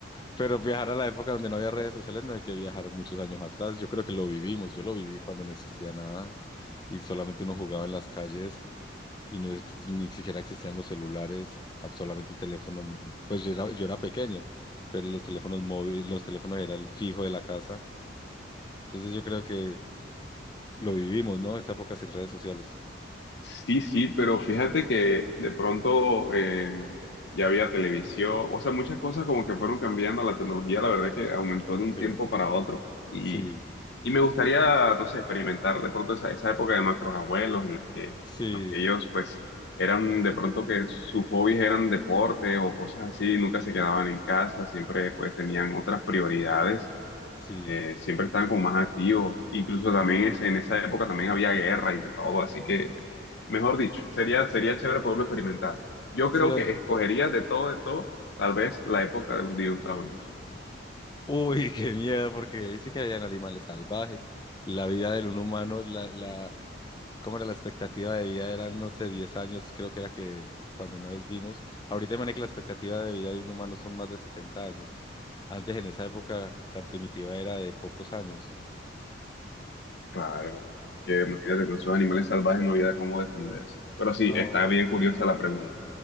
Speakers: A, on the left (about 20°); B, on the left (about 65°).
A: pero viajar a la época donde no había redes sociales no hay que viajar muchos años atrás. Yo creo que lo vivimos, yo lo viví cuando no existía nada y solamente uno jugaba en las calles y no, ex- ni siquiera existían los celulares, ah, solamente el teléfono, pues yo era, yo era pequeño, pero los teléfonos móviles, los teléfonos era el fijo de la casa. Entonces yo creo que lo vivimos, ¿no? Esa época sin redes sociales.
B: Sí, sí, pero fíjate que de pronto eh, ya había televisión, o sea, muchas cosas como que fueron cambiando, la tecnología la verdad es que aumentó de
A: Ok,
B: un tiempo para otro y,
A: sí,
B: y me gustaría, no sé, experimentar de pronto esa, esa época de nuestros abuelos en la que,
A: sí,
B: en los que ellos pues eran de pronto que sus hobbies eran deporte o cosas así, nunca se quedaban en casa, siempre pues tenían otras prioridades,
A: sí,
B: eh, siempre estaban como más activos, incluso también es, en esa época también había guerra y de todo, así que... Mejor dicho, sería, sería chévere poderlo experimentar. Yo
A: sí.
B: creo
A: don-
B: que escogería de todo, de todo, tal vez la época de los dinosaurios.
A: Uy, qué miedo, porque ahí sí que habían animales salvajes. La vida del un humano, la, la, ¿Cómo era la expectativa de vida? Eran, no sé, 10 años, creo que era que cuando una vez vimos. Ahorita, imagínate que la expectativa de vida de un humano son más de 70 años. Antes, en esa época tan primitiva, era de pocos años.
B: Claro, que imagínate con esos animales salvajes no había cómo defenderse. Pero sí,
A: No,
B: está bien curiosa la pregunta.